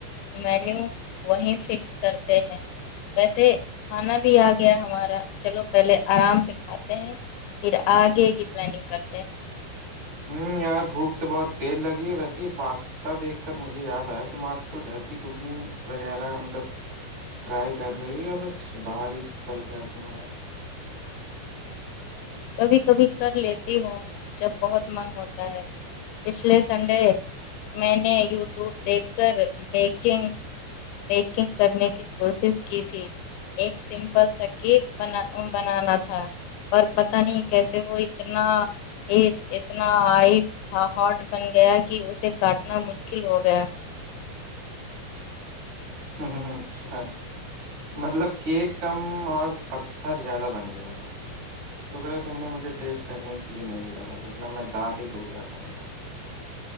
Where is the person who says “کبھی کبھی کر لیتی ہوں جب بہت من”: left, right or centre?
Left